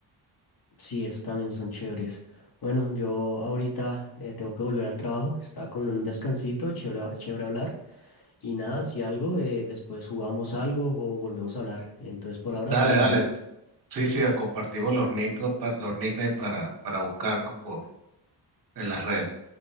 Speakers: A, on the left; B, on the right.
A: Sí, esos también son chéveres. Bueno, yo ahorita eh, tengo que volver al trabajo. Está como en un descansito, chévere, chévere hablar. Y nada, si algo, eh, después jugamos algo o volvemos a hablar. Entonces por ahora
B: Dale,
A: te dejo.
B: dale. Sí, sí, compartimos los nick, los nicknames para, para buscarnos por en las redes